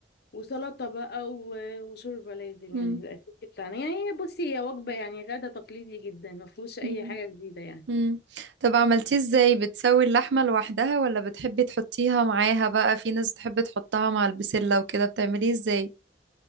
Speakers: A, on the left (about 60°); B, on the right (about 75°).
A: وسلطة بقى و- وشوربة لازم
B: مم.
A: يعني الأساسي بتاعنا يعني بصي هي وجبة يعني غدا تقليدي جدا ما فيهوش أي
B: مم.
A: حاجة جديدة يعني
B: مم. طب عملتيه ازاي؟ بتسوي اللحمة لوحدها ولا بتحبي تحطيها معاها بقى؟ في ناس بتحب تحطها مع البسلة وكده بتعمليه ازاي؟